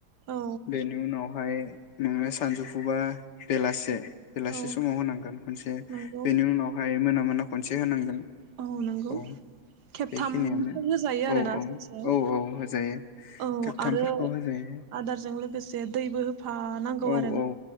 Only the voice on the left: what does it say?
बेनि उनावहाय नोङो सानजौफुुबा बेलासे बेलासि
समाव होनांगोन खनसे
बेनि उनावहाय मोना मोना खनसे होनांगोन।
औ
बेखिनियानो
औ औ
औ औ होजायो
खेबथामफोरखौ
होजायो
औ
औ